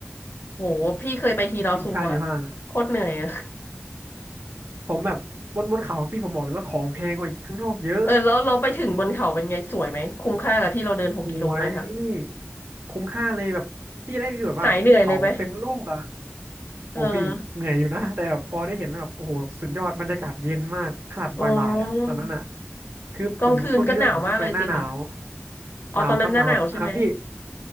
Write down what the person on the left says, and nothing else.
โหพี่เคยไปทีลอซูอะ
โคตรเหนื่อยอะ
เออแล้วเราไปถึงบนเขาเป็นไงสวยไหมคุ้มค่ากับที่เราเดินหกกิโลไหมคะ
หายเหนื่อยเลยไหม
เอออ๋อ
กลางคืนก็หนาวมากเลยสิคะอ๋อตอนนั้นหน้าหนาวใช่ไหม